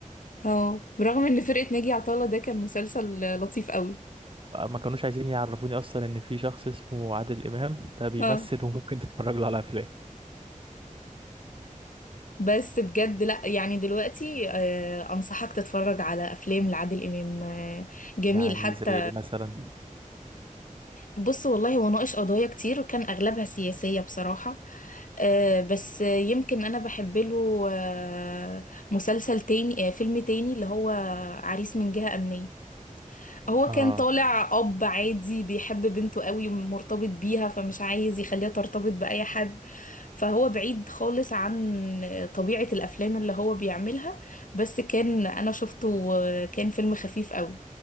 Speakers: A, on the left; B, on the right.
A: اه برغم ان فرقه ناجي عطا الله ده كان مسلسل لطيف قوي
B: ما كانوش عايزين يعرفوني اصلا ان في شخص اسمه عادل امام ده بيمثل
A: اه
B: وممكن تتفرج له على افلام
A: بس بجد لا يعني دلوقتي آه، انصحك تتفرج على افلام لعادل امام آه، جميل
B: يعني
A: حتى
B: زي ايه مثلا
A: بص والله هو ناقش قضايا كتير وكان اغلبها سياسية بصراحة آه، بس يمكن انا بحب له آه، مسلسل تاني آه، فيلم تاني اللي هو عريس من جهة امنية هو
B: اه
A: كان طالع اب عادي بيحب بنته قوي ومرتبط بيها فمش عايز يخليها ترتبط بأي حد فهو بعيد خالص عن طبيعة الافلام اللي هو بيعملها بس كان انا شفته كان فيلم خفيف قوي